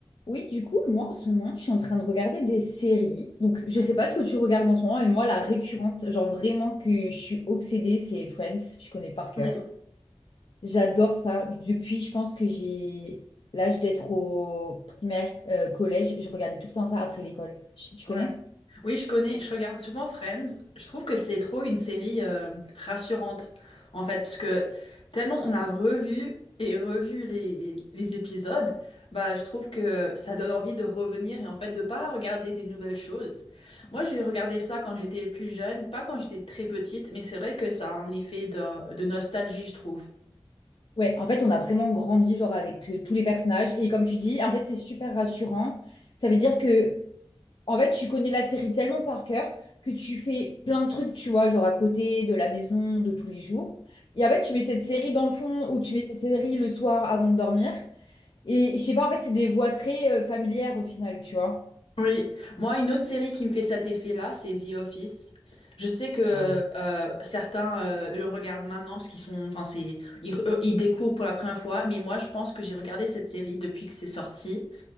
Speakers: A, on the left (about 55°); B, on the left (about 75°).
A: Oui, du coup, moi, en ce moment, je suis en train de regarder des séries. Donc, je
B: Mhm.
A: sais pas ce que tu regardes en ce moment, mais moi, la récurrente, genre vraiment que je suis obsédée, c'est Friends. Je connais par cœur.
B: Oui,
A: J'adore ça. Depuis, je pense que j'ai l'âge d'être au primaire, euh, collège. Je regardais tout le temps ça après l'école. Je- Tu connais?
B: ouais. Oui, je connais, je regarde souvent Friends. Je trouve que c'est trop une série euh, rassurante, en fait, parce que tellement on a revu et revu les, les épisodes, bah, je trouve que ça donne envie de revenir et en fait de pas regarder des nouvelles choses. Moi, j'ai regardé ça quand j'étais plus jeune, pas quand j'étais très petite, mais c'est vrai que ça a un effet de, de nostalgie, je trouve.
A: Ouais, en fait, on a vraiment grandi, genre, avec euh, tous les personnages. Et comme tu dis, en fait, c'est super rassurant. Ça veut dire que En fait, tu connais la série tellement par cœur que tu fais plein de trucs, tu vois, genre à côté de la maison, de tous les jours. Et en fait, tu mets cette série dans le fond ou tu mets cette série le soir avant de dormir. Et je sais pas, en fait, c'est des voix très euh, familières au final, tu vois.
B: Oui, moi, une autre série qui me fait cet effet-là, c'est The Office. Je sais que
A: Ouais.
B: euh, certains euh, le regardent maintenant parce qu'ils sont, enfin, c'est, ils, re- euh, ils découvrent pour la première fois, mais moi, je pense que j'ai regardé cette série depuis que c'est sorti.